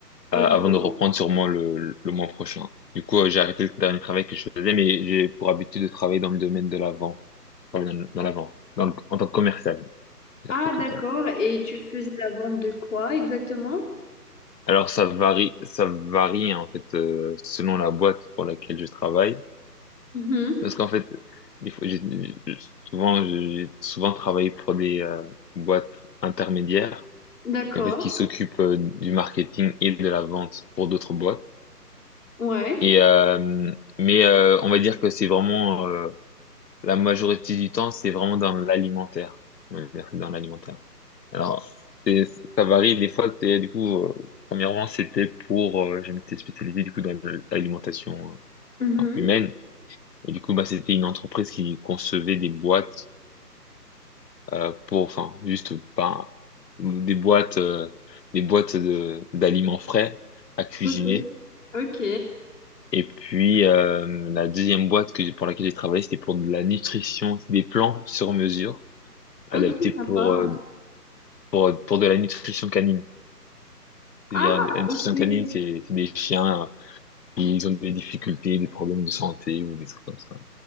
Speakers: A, on the left; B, on the left.
A: Ok.
B: euh, avant de reprendre sûrement le, le mois prochain. Du coup, euh, j'ai arrêté le dernier travail que je faisais, mais j'ai pour habitude de travailler dans le domaine de la vente, enfin, dans, dans la vente, dans le- en tant que commercial, c'est
A: Ah,
B: comme
A: d'accord.
B: ça.
A: Et tu faisais la vente de quoi exactement?
B: Alors ça varie, ça varie en fait euh, selon la boîte pour laquelle je travaille,
A: Mhm.
B: parce qu'en fait, des fois, j'ai j'ai- souvent j'ai souvent travaillé pour des euh, boîtes intermédiaires,
A: D'accord.
B: qui, en fait qui s'occupent euh, du marketing et de la vente pour d'autres boîtes.
A: Ouais.
B: Et euh, mais euh, on va dire que c'est vraiment euh, la majorité du temps, c'est vraiment dans l'alimentaire. On va dire que c'est dans l'alimentaire. Alors, c'est- ça varie. Des fois, c'est, du coup, euh, premièrement, c'était pour, euh, je m'étais spécialisé, du coup, dans l'alimentation euh,
A: Mhm.
B: enfin, humaine. Et du coup, bah, c'était une entreprise qui concevait des boîtes, euh, pour, enfin, juste, pas, des boîtes, euh, des boîtes de, d'aliments frais à cuisiner.
A: Ok. Ok.
B: Et puis, euh, la deuxième boîte que, j'ai- pour laquelle j'ai travaillé, c'était pour de la nutrition, des plans sur mesure, adaptés
A: Ok,
B: pour,
A: sympa.
B: euh, pour, pour de la nutrition canine. C'est-à-dire,
A: Ah,
B: la nutrition
A: ok.
B: canine, c'est c'est des chiens, euh, ils ont des difficultés, des problèmes de santé ou des trucs comme ça.